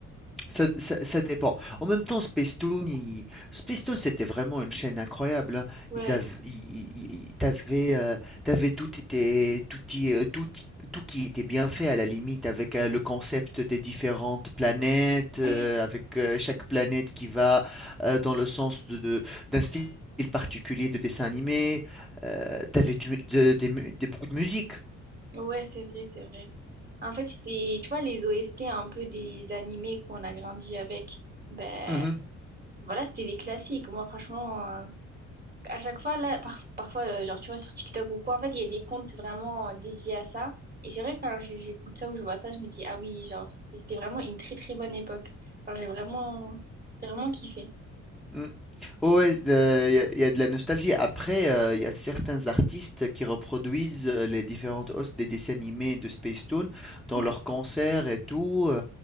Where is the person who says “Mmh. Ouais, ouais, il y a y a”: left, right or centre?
Centre